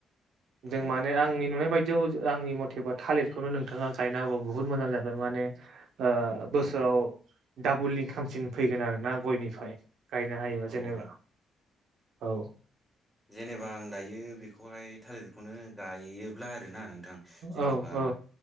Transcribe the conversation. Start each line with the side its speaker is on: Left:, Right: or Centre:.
Right: जों
Centre: ओं
Right: माने आंनि नुनाय बायदियाव जो आंनि मथेबा थालिरखौनो नोंथाङा गायना गौ। बुहुद मोजां जागोन माने ओ बोसोराव
Centre: ओं
Right: दाबुलि खामसिन फैगोन आरोना गयनिफाय गायनो हायोबा
Centre: औ
Right: जेनेबा औ।
Centre: जेनेबा आं दायो बेखौहाय थालिरखौनो गायोब्ला आरोना नों थां जेनेबा
Right: औ औ